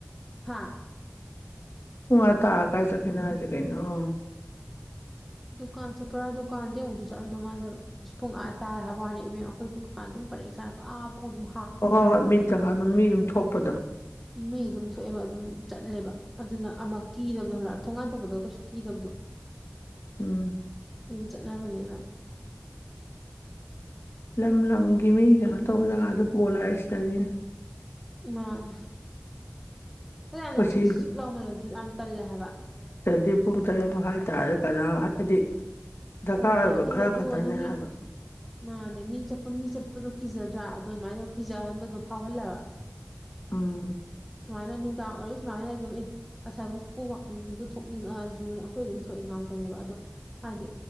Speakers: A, in the centre; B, on the left.
A: ꯍꯥꯥ
B: ꯎꯨꯡꯉ ꯇꯥꯑ ꯀꯥꯏ ꯆꯈꯦꯅꯣ ꯑꯖꯤꯛ ꯀꯩꯅꯣ ꯑꯣ <inaudible>
A: ꯗꯨꯀꯥꯟ ꯆꯠꯄ꯭ꯔꯥ ꯗꯨꯀꯥꯟꯗꯤ ꯑꯃꯨꯛꯁꯨ ꯆꯠꯂꯝꯗꯧ ꯃꯥꯟꯗꯕ ꯄꯨꯡ ꯑꯥ ꯇꯥ ꯍꯥꯏꯕ ꯋꯥꯅꯤ ꯏꯄꯦꯃ ꯑꯩꯈꯣꯏ ꯗꯨꯀꯥꯟ ꯑꯗꯨꯝ ꯄꯔꯦꯡ ꯁꯥꯡꯅ ꯑꯁ ꯐꯥꯎꯕ ꯗꯨꯝ
B: ꯑꯣ ꯍꯣꯏ ꯍꯣꯏ ꯃꯤꯠ ꯖꯒꯥ ꯑꯗꯨꯝ ꯃꯤ ꯑꯗꯨꯝ ꯊꯣꯛꯄꯗꯣ
A: ꯃꯤ ꯑꯗꯨꯝ ꯊꯣꯛꯑꯦꯕ ꯑꯗꯨꯝ ꯆꯠꯂꯦꯕ ꯑꯗꯨꯅ ꯑꯃꯛ ꯀꯤꯗꯕꯗꯣ ꯊꯣꯡꯒꯥꯟ ꯊꯣꯛꯄꯗ ꯀꯩꯁꯨ ꯀꯤꯗꯕꯗꯣ
B: ꯎꯝ
A: ꯁꯨꯝ ꯆꯠꯅꯕꯅꯤꯅ
B: ꯂꯝ ꯂꯝꯒꯤ ꯃꯤ ꯀꯩꯅꯣ ꯇꯧꯕ ꯖꯒꯥꯗꯨ ꯄꯣꯜꯂꯦꯁꯤꯇꯅꯤꯅꯦ
A: ꯃꯥꯅꯦ ꯌꯥꯝꯅ
B: ꯑꯩꯈꯣꯏ
A: ꯆꯤꯛ
B: ꯁꯤ
A: ꯆꯤꯛ ꯂꯥꯎꯃꯜꯂꯁꯨ ꯌꯥꯝ ꯇꯜꯂꯦ ꯍꯥꯏꯕ
B: ꯗꯤ ꯄꯨꯡ ꯇꯔꯦꯠ ꯃꯈꯥꯏ ꯇꯥꯔꯗꯤ ꯀꯅꯥꯝ ꯍꯥꯏꯕꯗꯤ ꯗꯔꯀꯥꯔ
A: ꯑꯗꯨꯅꯦ
B: ꯑꯣꯏꯕ
A: ꯑꯗꯨ
B: ꯈꯔ
A: ꯑꯗꯨ
B: ꯈꯛꯇꯅꯦ
A: ꯑꯗꯨ ꯃꯤ
B: ꯍꯥꯏꯕ
A: ꯃꯥꯅꯦ ꯃꯤ ꯆꯠꯄ ꯃꯤ ꯆꯠꯄꯗꯣ ꯀꯤꯖꯗ꯭ꯔꯥ ꯑꯗ ꯑꯗꯨꯃꯥꯏꯅ ꯇꯨꯝ ꯀꯤꯖꯍꯟꯕꯗꯣ ꯐꯥꯎꯍꯜꯂꯦꯕ
B: ꯎꯝ
A: ꯁꯨꯃꯥꯏꯅ ꯅꯨꯡꯗꯥꯡ ꯑꯣꯏꯔꯣ ꯁꯨꯃꯥꯏꯅ ꯑꯗꯨꯝ ꯏ ꯑꯁꯥꯏꯕꯨꯄ ꯋꯥꯛꯀꯤꯡꯕꯨ ꯊꯣꯛꯅꯤꯡꯉꯛꯑꯁꯨ ꯑꯩꯈꯣꯏ ꯑꯗꯨꯝ ꯊꯣꯛꯏ ꯉꯥꯛꯇꯅꯦꯕ ꯑꯗꯣ ꯍꯥꯏꯗꯤ